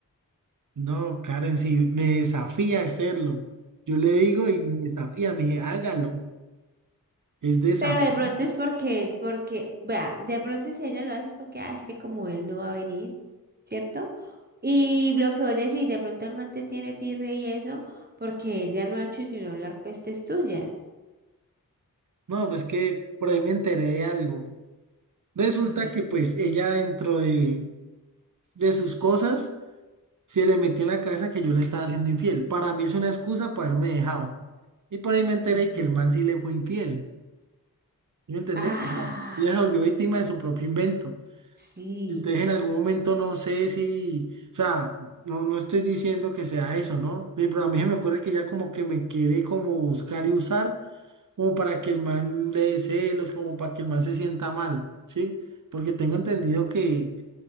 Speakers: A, on the right; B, on the right.
A: No, Karen, si me desafía a hacerlo. Yo le digo y me desafía, me dice, hágalo. Es desafío.
B: Pero de pronto es porque, porque, vea, de pronto si ella lo hace es porque, ah, es que como él no va a venir, ¿cierto? Y lo que vos decís, de pronto el man te tiene tirre y eso, porque ella no ha hecho sino hablar pestes tuyas.
A: No, pues que por ahí me enteré de algo. Resulta
B: ¿De qué?
A: que pues ella dentro de de sus cosas. se le metió en la cabeza que yo le estaba haciendo infiel. Para mí es una excusa para haberme dejado. Y por ahí me enteré que
B: Ya.
A: el man sí le fue infiel. ¿Sí ¿Me entendés?
B: Ah,
A: O sea, ella se volvió víctima de su propio invento.
B: sí.
A: Entonces en algún momento no sé si, o sea, no, no estoy diciendo que sea eso, ¿no? Sí, Pero a mí se me ocurre que ya como que me quiere como buscar y usar, como para que el man le dé celos, como para que el man se sienta mal, ¿sí? Porque tengo entendido que